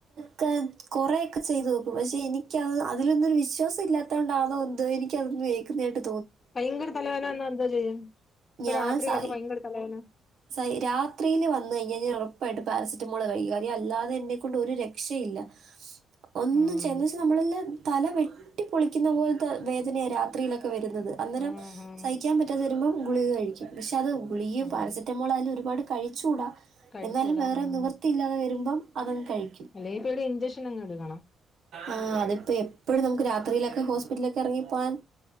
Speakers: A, on the right; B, on the left.
A: ക്കെ കൊറേയൊക്കെ ചെയ്തു നോക്കും. പക്ഷേ എനിക്കത് അതിലൊന്നൊരു വിശ്വാസ ല്ലാത്തോണ്ടാണോ ന്തോ എനി ക്കതൊന്നു ഏക്കുന്നയായിട്ട്
B: ഭയങ്കര തലവേനന്നാ എന്തൊ ചെയ്യും? ഇപ്പൊ
A: ഞാൻ
B: രാത്രിയിലൊക്കെ
A: സഹി
B: ഭയങ്കര തലവേന
A: സഹി രാത്രിയില് വന്നഴിഞ്ഞഞ്ഞാ ഉറപ്പായിട്ട് പാരസിറ്റമോള് കൈകാര്യല്ലാതെ എന്നെക്കൊണ്ട് ഒരു രക്ഷയില്ല ഒന്നും
B: ആഹ്
A: ചെയ്യ എന്ന്വെച്ചാ നമ്മളെല്ലാം തല വെട്ടി പൊളിക്കുന്ന പോൽത്തെ വേദനയാ രാത്രിയിലൊക്ക് വര്ന്നത്. അന്നേരം
B: ആഹ് ആഹ്
A: സഹിക്കാൻ പറ്റാതരുമ്പം ഗുളിക കഴിക്കും പക്ഷേ അത് കുളിഗേം
B: ഉം
A: പാരസിറ്റ് അതില് ഒരുപാട് കഴിച്ചൂട
B: കഴിച്ചൂടാ
A: എന്നാലും വേറെ
B: ഉം
A: നിവൃത്തിയില്ലാതെ വരുമ്പം അവൾ കഴിക്കും.
B: അല്ലെങ്കി ഇപ്പൊ ഒരു ഇഞ്ചക്ഷൻ അങ്ങ് എടുക്കണം
A: ആ അത്പ്പൊ എപ്പഴും നമുക്ക് രാത് ത്രിയിലൊക്കെ ഹോസ്പിറ്റലിലൊക്കെ എറങ്ങിപ്പോവാൻ